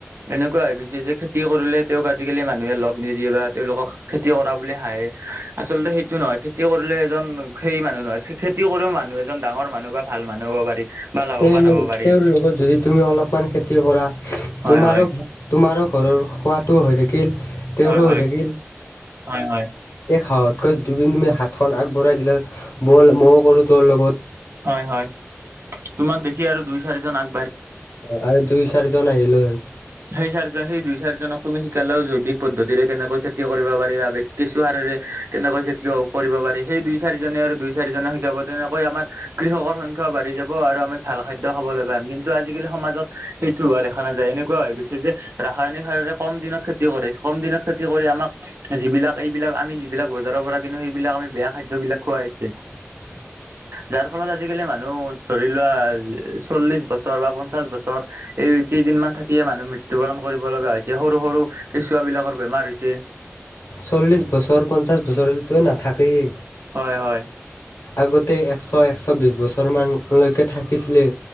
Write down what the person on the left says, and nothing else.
তেওঁ
তেওঁৰ যদি তুমি অলপমান খেতি কৰা
তোমাৰো
ভাল তোমাৰো ঘৰৰ খোৱাটো হৈ থাকিল তেওঁৰো
হৈ
থাকিল
এই খাঁওহতকৈ যি তুমি হাতখন আগবঢ়াই দিলা বল মইয় কৰো তোৰ লগত
অ', আৰু দুই চাৰিজন আহিল হয়
<unintelligible>
চল্লিশ বছৰ পঞ্চাশ বছৰলৈতো নাথাকেই
আগতে এশ এশ বি বছৰমানলৈকে থাকিছিলে